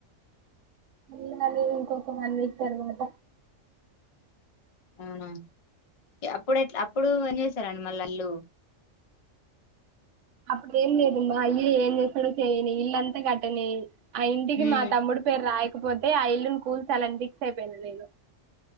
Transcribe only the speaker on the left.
అవునా అప్పుడు ఎట్లా అప్పుడు ఏం చేసారంండి మళ్ళీ అల్లుు
ఉమ్